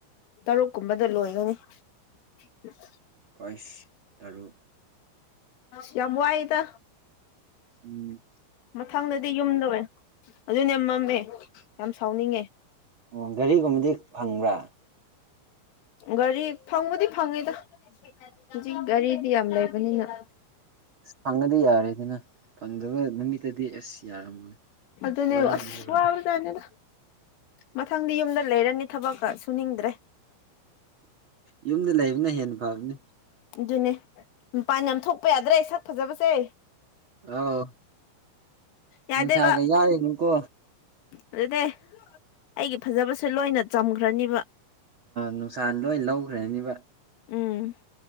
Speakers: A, on the left (about 80°); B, on the right (about 85°).
A: ꯇꯔꯨꯛ ꯀꯨꯝꯕꯗ ꯂꯣꯏꯒꯅꯤ <unintelligible>
B: ꯍꯥꯏꯁ ꯇꯔꯨꯛ
A: ꯆꯝ ꯋꯥꯌꯦꯗ
B: ꯑꯨꯝ
A: ꯃꯊꯪꯗꯗꯤ ꯌꯨꯝꯗꯋꯦ ꯑꯗꯨꯅꯦ ꯃꯝꯃꯦ ꯌꯥꯝ ꯁꯥꯎꯅꯤꯡꯉꯦ
B: ꯑꯣ ꯒꯥꯔꯤꯒꯨꯝꯕꯗꯤ ꯐꯪꯕ꯭ꯔꯥ
A: ꯒꯥꯔꯤ ꯐꯪꯕꯨꯗꯤ ꯐꯪꯉꯤꯗ ꯍꯧꯖꯤꯛ ꯒꯥꯔꯤꯗꯤ ꯌꯥꯝ ꯂꯩ ꯕꯅꯤꯅꯤꯅ
B: ꯐꯪꯉꯗꯤ ꯌꯥꯔꯦꯗꯅ ꯐꯪꯗꯕ ꯅꯨꯃꯤꯠꯇꯗꯤ ꯑꯁ ꯌꯥꯔꯝꯃꯣꯏ
A: ꯑꯗꯨꯅꯦ
B: ꯋꯥꯔꯝꯅꯦꯕ
A: ꯑꯁ ꯋꯥꯕꯖꯥꯠꯅꯤꯗ ꯃꯊꯪꯗꯤ ꯌꯨꯝꯗ ꯂꯩꯔꯅꯤ ꯊꯕꯛꯀ ꯁꯨꯅꯤꯗ꯭ꯔꯦ
B: ꯌꯨꯝꯗ ꯂꯩꯕꯅ ꯍꯦꯟꯅ ꯐꯕꯅꯦ
A: ꯑꯗꯨꯅꯦ ꯃꯄꯥꯟ ꯌꯥꯝ ꯊꯣꯛꯄ ꯌꯥꯗ꯭ꯔꯦ ꯁꯛ ꯐꯖꯕꯁꯦ
B: ꯑꯥꯎ
A: ꯌꯥꯗꯦꯕ
B: ꯅꯨꯡꯁꯥꯒ ꯌꯥꯔꯨꯅꯨꯀꯣ
A: ꯑꯗꯨꯅꯦ ꯑꯩꯒꯤ ꯐꯖꯕꯁꯦ ꯂꯣꯏꯅ ꯆꯝꯈ꯭ꯔꯅꯤꯕ
B: ꯅꯨꯡꯁꯥ ꯂꯣꯏ ꯂꯧꯈ꯭ꯔꯅꯤꯕ
A: ꯑꯨꯝ